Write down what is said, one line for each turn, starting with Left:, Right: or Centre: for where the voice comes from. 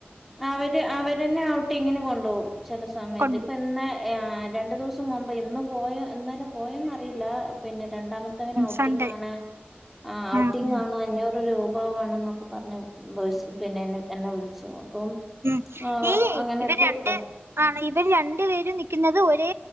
Centre: അവര് അവര്ന്നെ ഔട്ടിങ്ങിനെ കൊണ്ടുപോകും ചില സമയത്ത്
Right: കൊണ്ടു
Centre: ഇപ്പൊ ഇന്ന് രണ്ട് ദിവസം മുമ്പ് ഇന്ന് പോയ ഇന്നാലെ പോയന്നറിയില്ല പിന്നെ രണ്ടാമത്തെവന് ഔട്ടിംഗണ്
Right: സൺഡേ ആ
Centre: ഔട്ടിംഗ
Right: ആ
Centre: ആണ് അഞ്ഞൂറ് രൂപാവാണെന്നൊക്കെ പറഞ്ഞ് പിന്നെ എന്നെ വിളിച്ചു അപ്പം
Right: ഉം
Centre: ആഹ്
Right: ഈ
Centre: അങ്ങനെ
Right: ഇവർ
Centre: ഇട്ട് കൊടുത്ത
Right: രണ്ട് ആണ് ഇവര് രണ്ടു പേരും നൽക്കുന്നത് ഒരേ